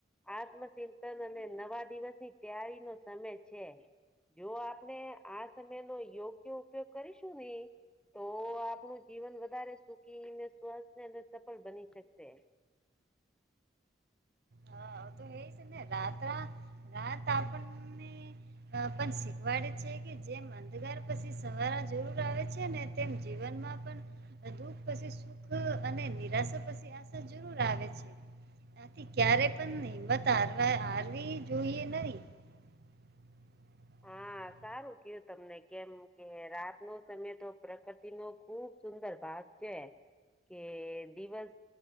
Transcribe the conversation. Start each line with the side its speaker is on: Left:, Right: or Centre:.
Centre: આત્મચિંતન અને નવા દિવસ ની તૈયારી નો સમય છે જો આપણે આ સમય નો યોગ્ય ઉપયોગ કરીશું ને. તો આપણું જીવન વધારે સુખી ને સ્વસ્થ અને સફળ બની શકશે.
Right: હા તો હ છે ને રાત્ર રાત આપણને અ પણ સીખવાડે છે કે જેમ અંધગાર પછી સવાર જરૂર આવે છે ને તેમ જીવનમાં પણ દુઃખ પછી સુખ અને નિરાશા પછી આશા જરૂર આવે છે. આથી ક્યારે પણ હિંમત હારવા હારવી જોઈએ નહી. <inaudible>
Centre: હા સારું કું તમને કેમ કે રાતનો સમય તો પ્રકૃતિ નો ખુબ સુંદર ભાગ છે. કે દિવસ